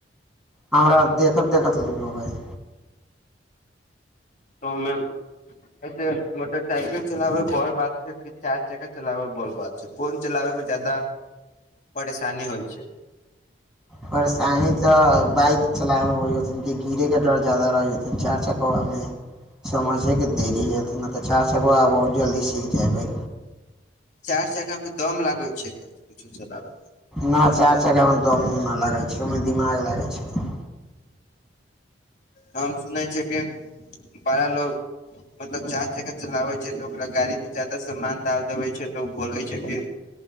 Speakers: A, in the centre; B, on the left.
A: हमरा देखत देखत लूर होइ गेल
B: तऽ ओहिमे कैसे मोटरसाइकिल चलाबै बड़ बात छै की चारि चक्का चलाबै बड़ बात छै कोन चलाबै मे ज्यादा परेशानी होइ छै
A: परेशानी तऽ बाइक चलामे होइ रहथिन गीरे के डर ज्यादा रहै हथिन चार चक्काबामे समझेके देरी हेथिन नहि तऽ चार चक्कबा व-जल्दी सीख जयबै
B: चारि चचक्का मे दम लागै छै कुछो चलाबे
A: न चारि चक्कामे दम ना लागै छै ओहिमे दिमाग लागै छै
B: हम सुनै छियै की बड़ा लोग मतलब चार चक्का चलाबै छै तऽ ओकरा गाड़ी मे ज्यादा समान डाल देबै छै तऽ बोलै छै की